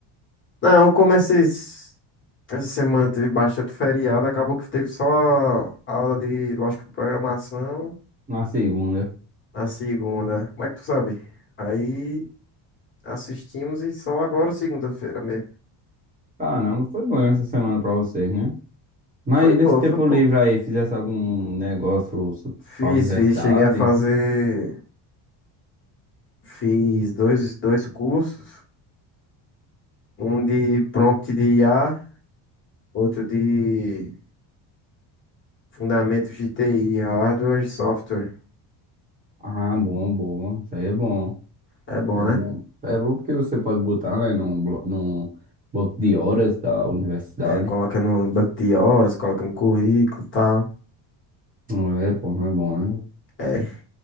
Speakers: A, on the left; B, on the right.
A: Não, como esses... essa semana teve bastante feriado, acabou que teve só a aula de lógica de programação.
B: Na segunda.
A: na segunda. Como é que tu sabe? Aí assistimos e só agora segunda-feira mesmo.
B: Caramba, foi bom essa semana pra vocês, né? Mas
A: Foi pô,
B: nesse tempo
A: foi pô.
B: livre aí, fizesse algum negócio su-
A: Fiz,
B: pra universidade?
A: fiz, cheguei a fazer. Fiz dois, dois cursos, um de prompt de IA, outro de fundamentos de TI, hardware e software.
B: Ah, bom, bom, isso aí é bom.
A: É bom,
B: É
A: né?
B: bom, é bom porque você pode botar, né, num, blo- num bloco de horas da universidade.
A: É, coloca no banco de horas, coloca no currículo e tal.
B: Não é bom, não é bom, né?
A: É,